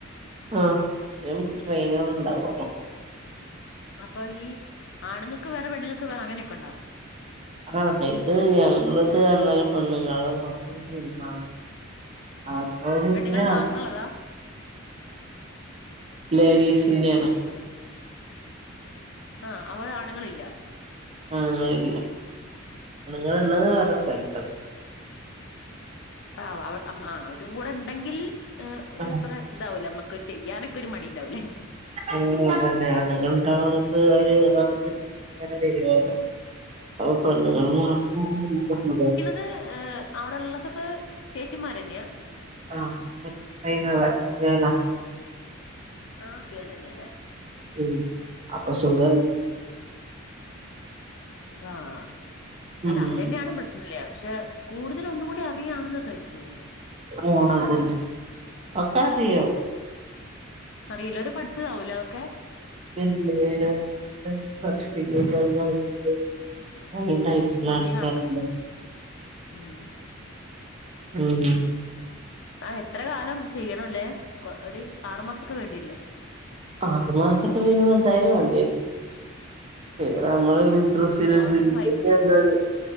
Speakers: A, on the right; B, on the left.
A: ആഹ് നമുക്ക് ട്രെയിനറുണ്ടാവുമല്ലോ.
B: അപ്പൊ ഈ ആണുങ്ങൾക്ക് വേറെ, പെണ്ണുങ്ങൾക്ക് വേറെ, അങ്ങനെയൊക്കെ ഉണ്ടോ.
A: ആഹ ഇത് ഞങ്ങളത് അന്നാല് പെണുങ്ങള് നടത്തുന്ന ജിമാണ്. <unintelligible>
B: പെണ്ണുങ്ങൾ മാത്രം ഉള്ളതാ
A: ലേഡീസിന്റെയാണ്.
B: ആഹ് അവടെ ആണുങ്ങളില്ല.
A: ആണുങ്ങളില്ല. ആണുങ്ങളുള്ളത് വേറെ
B: ഇല്ല
A: സ്ഥലത്ത്.
B: അ വ മ അവരും കൂടെ ഉണ്ടെങ്കിൽ
A: ആ,
B: ഒരു പ്ര ഉണ്ടാവുല്ല നമുക്ക് ചെയ്യാനൊക്കെ ഒരു മടി ഉണ്ടാവല്ലേ?.
A: ഉം അതന്നെ ആണുങ്ങണ്ടാമ്പോ നമുക്ക് ഒരു <unintelligible> ങ്ങന വരുവല്ലോ. അപ്പൊ പെണ്ണുങ്ങള് മാത്രം <unintelligible>
B: അത് അവിടെയുള്ളതൊക്കെ ചേച്ചിമാര് ന്നെയാ?.
A: ആ ഹൈ ന ഗേളാ
B: ആഹ് ഗേള് തന്നെയ അല്ലേ.
A: ഉം അപ്പം സുഖം
B: ആഹ്
A: ഉം
B: അല്ല അവരെന്നെയാണ് പെസ് ഇല്ലാ പക്ഷെ കൂടുതൽ ഒന്ന് കൂടി അറിയാ ആണ്ങ്ങക്കായിരിക്കൂലേ
A: ആഹ് അതെന്നെ. ഒക്കെ അറിയും
B: <unintelligible> പഠിച്ചതാവുംലെ ഒക്കെ
A: പിന്നെ <unintelligible>
B: ഉം അറീണാക്കാരം
A: ആൾക്കാരുണ്ട്
B: ഉം ഉം
A: ഉം
B: ആഹ് എത്ര കാലം ചെയ്യണൊല്ലേ ഒരു ആറ് മാസൊക്കെ വേണ്ടിവര്ല്ലേ
A: ആറ് മാസൊക്കെ മിനിമം എന്തായാലും വാണ്ടിരും. പിന്നെ നമ്മളൊരു ഇന്ട്രെസ്റ്റ്
B: രാവിലെയും വൈകുന്നേരം
A: <unintelligible>